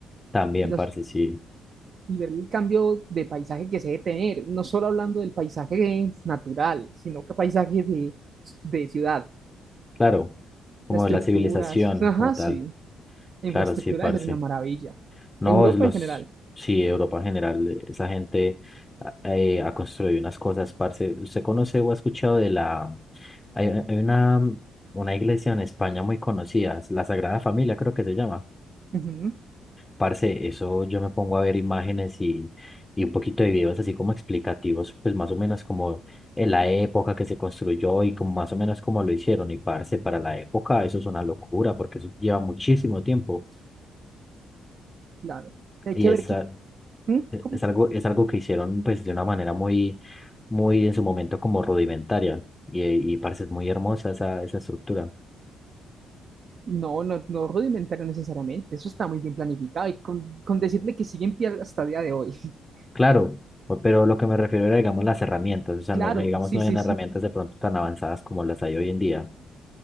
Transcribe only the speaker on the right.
Y los
y ver el cambio de paisaje que se debe tener, no solo hablando del paisaje natural, sino que paisaje de, de ciudad,
las estructuras,
ajá,
sí, la
infraestructura
debe ser una maravilla.
Europa
en general,
ujú,
claro. Hay
que
ver que, ¿Mm?
¿Cómo?
No, no, no rudimentario necesariamente, eso está muy bien planificado y con, con decirle que sigue en pie hasta el día de hoy. <laughs>
Claro,
sí,
sí,
sí.